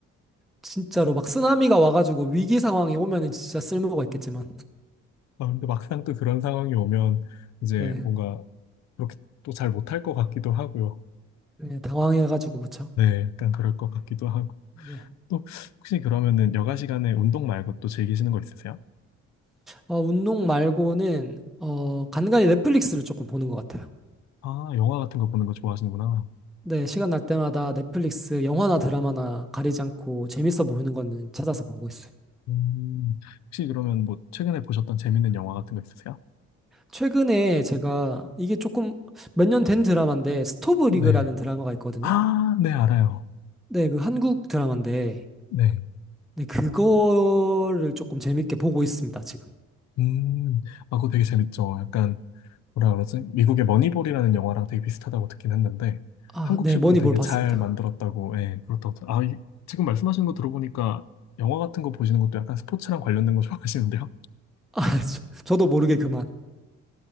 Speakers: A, in the centre; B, on the left (about 65°).
A: 진짜로 막 쓰나미가 와가지고 위기 상황이 오면은 진짜 쓸모가 있겠지만
B: 아, 근데 막상 또 그런 상황이 오면 이제
A: 네, 네.
B: 뭔가 그렇게 또 잘 못할 것 같기도 하고요.
A: 네, 당황해가지고 그쵸?
B: 네, 약간 그럴 것 같기도 하고.
A: 네.
B: 또 혹시 그러면은 여가 시간에 운동 말고 또 즐기시는 거 있으세요?
A: 어, 운동 말고는 어 간간히 넷플릭스를 조금 보는 것 같아요.
B: 아, 영화 같은 거 보는 거 좋아하시는구나.
A: 네, 시간 날 때마다 넷플릭스 영화나 드라마나 가리지 않고 재밌어 보이는 거는 찾아서 보고 있어요.
B: 음, 혹시 그러면 뭐 최근에 보셨던 재밌는 영화 같은 거 있으세요?
A: 최근에 제가 이게 조금 몇 년 된 드라마인데 스토브
B: 네.
A: 리그라는 드라마가 있거든요.
B: 아, 네, 알아요.
A: 네, 그 한국 드라마인데
B: 네.
A: 네, 그거를 조금 재밌게 보고 있습니다, 지금.
B: 음, 아, 그거 되게 재밌죠. 약간, 뭐라 그러지? 미국의 머니볼이라는 영화랑 되게 비슷하다고 듣긴 했는데,
A: 아,
B: 한국식으로
A: 네, 머니볼
B: 되게
A: 봤습니다.
B: 잘 만들었다고, 예, 그렇다고. 들- 아, 이- 지금 말씀하신 거 들어보니까 영화 같은 거 보시는 것도 약간 스포츠랑 관련된 거 좋아하시는데요?
A: 아, 저, 도 모르게 그만.